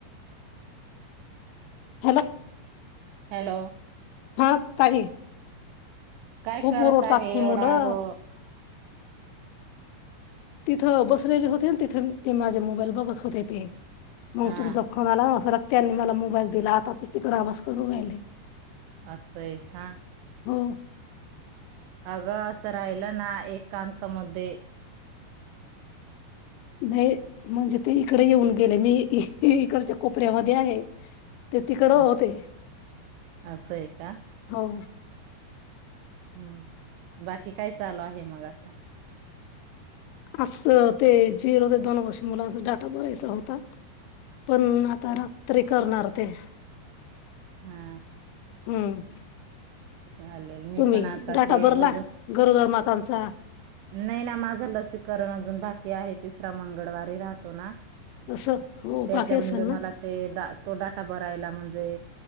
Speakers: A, on the left (about 85°); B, on the right (about 85°).
A: हॅलो
B: हॅलो
A: हा ताई
B: काय
A: खूप
B: करत
A: ओरडतात
B: आहे
A: ही
B: एवढा
A: मुलं.
B: रो
A: तिथं बसलेले होते तिथे ते माझे मोबाईल बघत होते ते मग
B: हा
A: तुमचा फोन आला सरक त्यांनी मला मोबाईल दिला आता ते तिकडे आवाज करून राहिले
B: असंय का
A: हो
B: अगं असं राहिलं ना एकांतामध्ये
A: नाही म्हणजे ते इकडे येऊन गेले मी इकडच्या कोपऱ्यामध्ये आहे ते तिकड होते.
B: अस- असं आहे का
A: हो
B: हम्म बाकी काय चालू आहे मग आता
A: असं ते झिरो ते दोन वर्ष मुलांचा डाटा भरायचा होता पण आता रात्री करणार ते
B: हा
A: हम्म
B: चालेल मी
A: तुम्ही
B: पण आता
A: डाटा
B: ते
A: भरला
B: वजन
A: गरोदर मातांचा
B: नाही ना माझं लसीकरण अजून बाकी आहे तिसरा मंगळवारी राहतो ना
A: असं हो
B: त्याच्यामुळे
A: बाकी असेल ना
B: मला ते ड तो डाटा भरायला म्हणजे